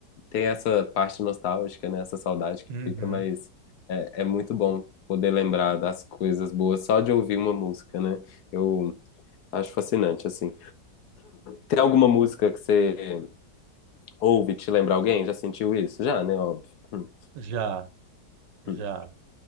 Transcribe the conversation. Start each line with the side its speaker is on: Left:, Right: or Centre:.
Left: tem essa parte nostálgica, né? Essa saudade que
Right: Uhum.
Left: fica, mas é, é muito bom poder lembrar das coisas boas só de ouvir uma música, né? Eu acho fascinante, assim. Tem alguma música que você ouve e te lembra alguém? Já sentiu isso? Já, né? Óbvio. Hum,
Right: Já, já.
Left: hum,